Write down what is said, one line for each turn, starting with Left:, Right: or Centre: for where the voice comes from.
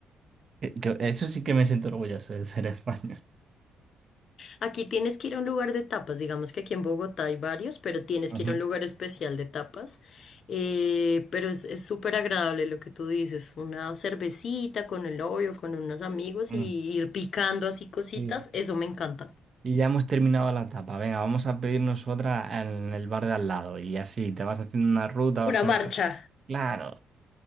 Right: Eh, que- Eso sí que me siento orgulloso de ser <laughs> español.
Left: Aquí tienes que ir a un lugar de tapas, digamos que aquí en Bogotá hay varios, pero tienes
Right: Ujú,
Left: que ir a un lugar especial de tapas. eh, pero es es súper agradable lo que tú dices, una cervecita con el novio, con unos amigos
Right: ujú.
Left: y ir picando así cositas,
Right: Sí.
Left: eso me encanta.
Right: Y ya hemos terminado la tapa. Venga, vamos a pedirnos otra en el bar de al lado. Y así te vas haciendo una ruta, vas
Left: Una
Right: conociendo.
Left: marcha.
Right: Claro,